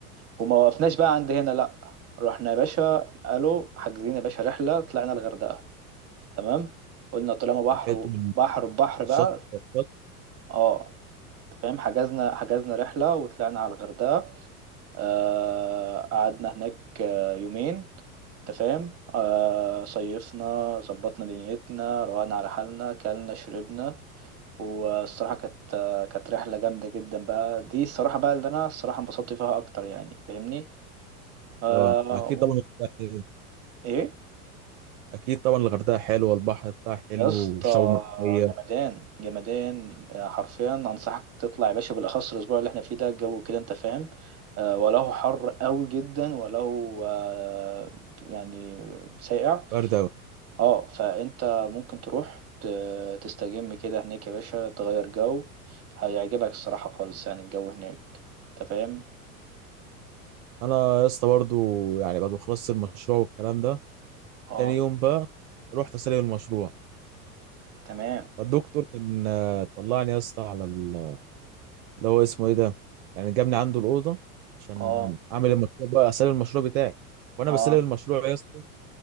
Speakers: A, on the right; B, on the right.
A: وما وقفناش بقى عند هنا لا رحنا يا باشا قالوا حاجزين يا باشا رحلة طلعنا الغردقة تمام قلنا طالما بحر
B: صحيت من
A: بحر بحر بقى
B: الشط الشط.
A: اه انت فاهم حجزنا حجزنا رحلة وطلعنا على الغردقة آه قعدنا هناك آه يومين انت فاهم آه صيفنا ظبطنا دنيتنا روقنا على حالنا كلنا شربنا والصراحة كانت آه، كانت رحلة جامدة جدا بقى دي الصراحة بقى اللي أنا الصراحة انبسطت فيها أكتر يعني فاهمني آه
B: اه ما اكيد
A: و...
B: طبعا الغردقة- حلوة.
A: إيه
B: اكيد طبعا الغردقه حلوه والبحر بتاعها حلو
A: يا اسطى
B: والشعاب المرجانيه
A: جمدان جمدان آه، حرفيا انصحك تطلع يا باشا بالاخص الاسبوع اللي احنا فيه ده الجو كده انت فاهم آه، وله حر قوي جدا وله آه، يعني ساقع
B: برد أوي.
A: اه فانت ممكن تروح ت- تستجم كده هناك يا باشا تغير جو هيعجبك الصراحة خالص يعني الجو هناك انت فاهم
B: انا يا اسطى برضو يعني بعد ما خلصت المشروع والكلام ده
A: اه
B: تاني يوم بقى رحت اسلم المشروع
A: تمام
B: الدكتور كان آه، طلعني يا اسطى على ال- اللي هو اسمه ايه ده يعني جابني عنده الاوضه عشان
A: اه
B: اعمل المشروع بقى اسلم المشروع بتاعي وانا
A: اه
B: بسلم المشروع يا اسطى